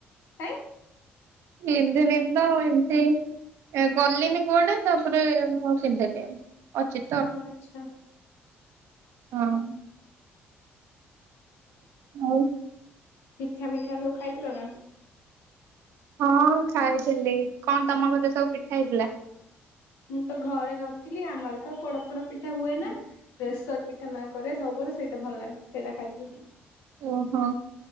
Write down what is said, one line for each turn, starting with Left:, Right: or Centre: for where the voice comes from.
Left: କାଇଁ
Right: ପିନ୍ଧିନି ତ ଏମିତି କଲିନି କୁଆଡେ ତାପରେ ମୁଁ ପିନ୍ଧେି ଅଚ
Left: ହ ଆଚଛା।
Right: ହଁ। ଆ
Left: ମିଠା ମିଠା ସବୁ ଖାଇଥିଲ ନା।
Right: ହଁ ଖାଇଥିଲି କଣ ତମ ପାଖରେ ସବୁ ପିଠା ହେଇଥିଲା।
Left: ମୁଁ ତ ଘରେ ନଥିଲି ଆମର ତ ପୋଡପୋଡ ପିଠା ହୁଏ ନା। ପ୍ରେସର ପିଠା ମା କରେ ସବୁବେଳେ ସେଇଟା ଭଲ ଲ ସେଇଟା ଖାଇଥିଲି।
Right: ଓହୋ।